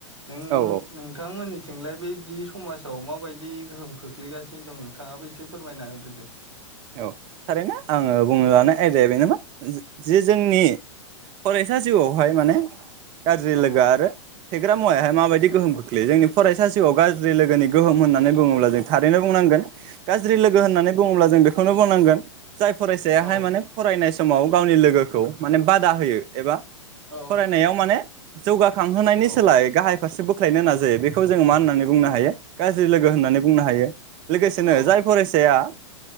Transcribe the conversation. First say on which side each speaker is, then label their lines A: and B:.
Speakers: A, on the right (about 85°); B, on the right (about 30°).
A: नों
B: औ
A: नोंथांमोननि। थिंलाय बैदि समाजाव माबायदि गोहोम खोख्लैगासिनो दं नोंथांङाबो एसे फोरमायना होदो दे।
B: औ थारैनो आङो बुंनो लानाय आयदाया बेनो मोन जे जोंनि फरायसा जिउआवहाय माने गाज्रिल
A: औ
B: लोगो आरो फेग्रा मुवायाहाय माबायदि गोहोम खोख्लैयो जोंनि फरायसा जिआव गाज्रि लोगोनि गोहोम होननानै बुङोब्ला जों थारैनो बुंनांगोन गाज्रि लोगो होननानै बुङोब्ला जों बेखौनो बुंनांगोन <inaudible> जाय फरायसायाहाय
A: औ
B: माने फरायनाय समाव गावनि लोगोखौ माने बादा होयो एबा
A: औ
B: फरायनायाव माने जौगा खांहोनायनि
A: औ
B: सोलाय गाहाय फारसे बोख्लायनो नाजायो बेखौ जोङो मा होननानै बुंनो हायो गाज्रि लोगो होननानै बुंनो हायो लोगोसेनो
A: औ
B: जाय फरायसाया